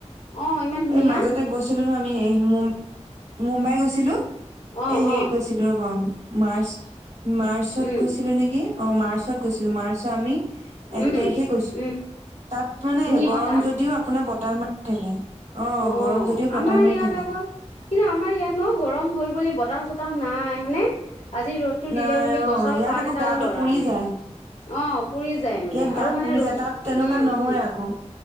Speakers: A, on the left (about 80°); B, on the right (about 80°).
A: অ ইমান ধুনীয়া
B: এই মাজতে গৈছিলো নহ আমি মুম মুম্বাই গৈছিলো।
A: অ
B: এ হেৰিত
A: অ
B: গৈছিলো ৰ'ব মাৰ্চ <inaudible> মাৰ্চত
A: উম
B: কৈছিলো নেকি? অ মাৰ্চত গৈছিলো মাৰ্চ আমি এক
A: উম
B: তাৰিখে গৈছো
A: উম
B: তাত মানে
A: ধুনীয়া ন
B: গৰম
A: তাত
B: যদিও আপোনাৰ ব তাহ মাৰি থাকে।
A: অ
B: গৰম যদিও বতাহ
A: আমাৰ
B: মাৰি
A: ইয়াত
B: থাকে
A: আকৌ কিন্তু আমাৰ ইয়াত ন গৰম হ'ল বুলি বতাহ চতাহ নাই হয়নে? আজি ৰ'দটো
B: নাই
A: দিলে বুলি
B: অ
A: গছৰ
B: ইয়াত
A: পাত
B: আকৌ
A: এটাও
B: গাটো
A: লৰা
B: পুৰি
A: নাই।
B: যায়
A: অ' পুৰি যায় মানে
B: ইয়াত গা
A: আৰু মানে
B: পুৰি
A: ৰ'দ
B: যায় তাত তেনেকুৱা নহয় আকৌ